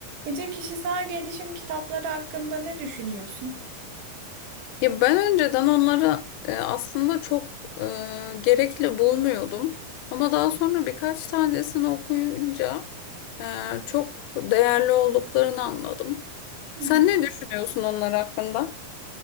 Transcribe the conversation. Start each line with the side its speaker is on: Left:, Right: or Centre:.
Right: Ece kişisel gelişim kitapları hakkında ne düşünüyorsun?
Left: Ya ben önceden onları e, aslında çok e, gerekli bulmuyordum. Ama daha sonra birkaç tanesini okuyunca e, çok değerli olduklarını anladım.
Right: Hı
Left: Sen
Right: hı.
Left: ne düşünüyorsun onlar hakkında?